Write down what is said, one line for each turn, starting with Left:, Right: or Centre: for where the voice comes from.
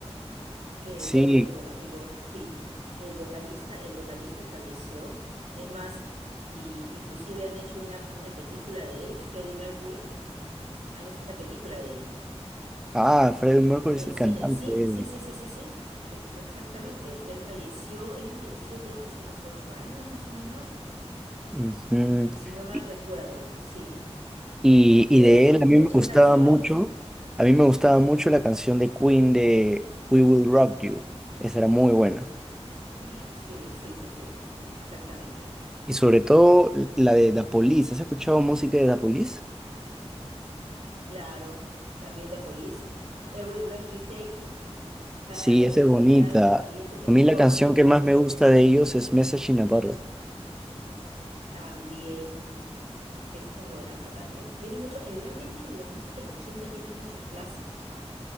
Right: que,
Centre: Sí,
Right: bueno, el, voca- el vo- sí, el vocalista, el vocalista falleció. Es más, y inclusive han hecho una, una película de él, Freddie Mercury, han hecho una película de él.
Centre: ah, Freddie Mercury
Right: En
Centre: es
Right: el
Centre: el
Right: cine,
Centre: cantante.
Right: sí, sí, sí, sí, sí, sí, ex- exactamente. Él falleció, él ha fallecido creo que hace unos ocho años más o menos,
Centre: Ujú.
Right: mm, si no mal
Centre: Y,
Right: recuerdo, sí.
Centre: y y
Right: Pero
Centre: de
Right: tuvo
Centre: él a mí
Right: muchas
Centre: me gustaba
Right: canciones.
Centre: mucho, a mí me gustaba mucho la canción de Queen de We Will Rock You. Esa era muy buena.
Right: Uy, sí, sí, sí, sí, exactamente.
Centre: Y sobre todo la de Da Police. ¿Has escuchado música de Da Police?
Right: Claro, también The Police. Every Breath You Take, cada,
Centre: Sí,
Right: eh,
Centre: esa es bonita.
Right: cada aliento que
Centre: A
Right: tú
Centre: mí la
Right: tomas
Centre: canción
Right: es
Centre: que
Right: buenísimo.
Centre: más me gusta de ellos es Message in a Bottle.
Right: También, esa es buena, esa también. Tiene mucho, eh, realmente de la música de los 80 tiene muchos clásicos, ¿ah?